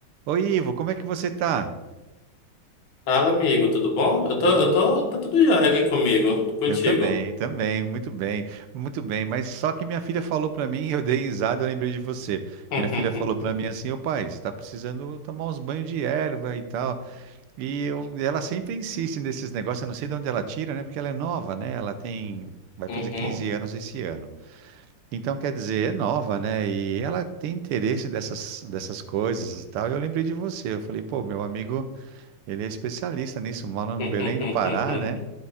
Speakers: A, on the right; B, on the left.
A: Oi, Ivo, como é que você tá?
B: Fala, amigo, tudo bom? Eu tô,
A: Eu
B: eu
A: tô muito...
B: tô, tá tudo jóia aqui comigo, e contigo.
A: Eu também, também, muito bem, muito bem. Mas só que minha filha falou pra mim, <laughs> eu dei risada, eu lembrei de você.
B: <laughs>
A: Minha filha falou pra mim assim, ô pai, você tá precisando tomar uns banhos de erva e tal. E eu- ela sempre insiste nesses negócios, eu não sei de onde ela tira, né? Porque ela é nova, né? Ela tem, vai
B: Uhum.
A: fazer 15 anos esse ano. Então, quer dizer, é nova, né? E ela tem interesse dessas, dessas coisas e tal. E eu lembrei de você, eu falei, pô, meu amigo, ele é especialista nisso, mora no Belém
B: Uhum.
A: do Pará, né?